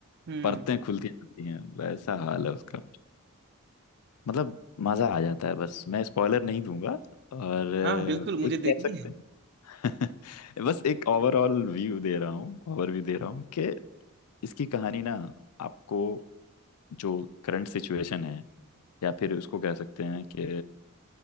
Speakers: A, on the right (about 50°); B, on the left (about 85°).
A: हम्म
B: परतें खुलती जाती हैं वैसा हाल है उसका मतलब मजा आ जाता है बस मैं स्पॉइलर नहीं दूंगा और अ,
A: हाँ बिल्कुल मुझे
B: एक
A: देखनी
B: कह सकते
A: है
B: हैं <laughs> बस एक ओवरऑल व्यू दे रहा हूँ ओवरव्यू दे रहा हूँ कि इसकी कहानी ना आपको जो करंट सिचुएशन है या फिर उसको कह सकते हैं कि